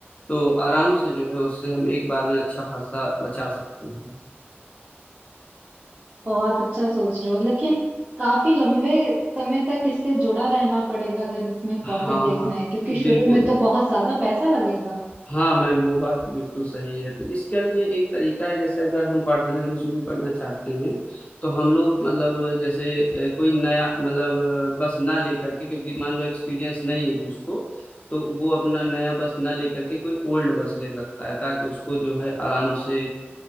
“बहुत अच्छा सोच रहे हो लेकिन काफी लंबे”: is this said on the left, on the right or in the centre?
Right